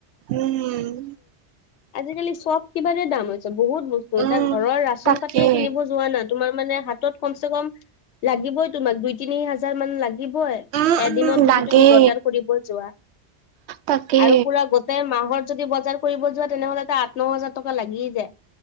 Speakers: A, on the right (about 75°); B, on the left (about 80°).
A: উম,
B: আজিকালি চব কিবাৰে দাম হৈছে বহুত বস্তু
A: উম
B: এতিয়া ঘৰৰ ৰাচন
A: তাকে
B: পাতিয়ে কিনিব যোৱা না তোমাৰ মানে হাতত কমচে কম লাগিবই তোমাক দুই তিনি হাজাৰ মান লাগিবই।
A: উম
B: এদিনত
A: উম
B: যদি
A: লাগে
B: তুমি বজাৰ কৰিব যোৱা।
A: তাকে
B: আৰু পুৰা মাহত যদি বজাৰ কৰিব যোৱা তেনেহলে ত আঠ ন হাজাৰ টকা লাগিয় যায়।